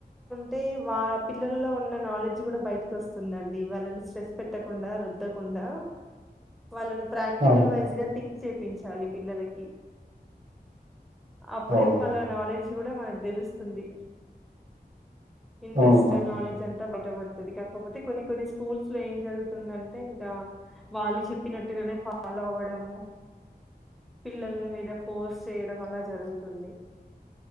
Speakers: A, in the centre; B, on the right (about 45°).
A: టే వా పిల్లల్లో ఉన్న నాలెడ్జ్ గూడా బయట్కోస్తుందండి వాళ్ళ స్ట్రెస్ పెట్టకుండా రుద్దకుండా వాళ్ళను ప్రాక్టికల్
B: అవును
A: వైజ్ గా థి చేపించాలి పిల్లలకి అప్పుడే
B: అవును
A: వాళ్ళ నాలెడ్జ్ ఇవుడా మనకు దెలుస్ తుంది ఇంట్రెస్ట్
B: అవును అవును.
A: నాలెడ్జ్ అంత బ ట్టబడుతుంది కాకపోతే కొన్ని కొన్ని స్కూల్స్ లో ఏం జరుగుతుందంటే ఇంకా వాళ్ళు చెప్పినట్టుగానే ఫాలో అవడము పిల్లల మీద ఫోర్స్ చేయడం వల్ జరుగుతుంది